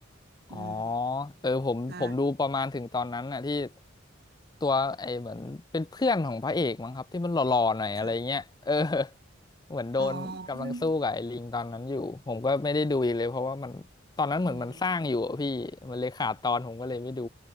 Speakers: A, on the left; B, on the right.
A: อ๋อ
B: อืม
A: เออผมผมดูประมาณถึงตอนนั้นน่ะที่
B: ใช่
A: ตัวไอ้เหมือนเป็นเพื่อนของพระเอกมั้งครับที่มันหล่อๆหน่อยอะไรเงี้ยเออ
B: ค่ะ
A: เหมือนโดนกำลังสู้กับไอ้ลิงตอนนั้นอยู่ผมก็ไม่ได้ดูอีกเลยเพราะว่ามันตอนนั้นเหมือนมันสร้างอยู่อะพี่มันเลยขาดตอนผมก็เลยไม่ดู
B: อ๋อเพื่อนอืมค่ะ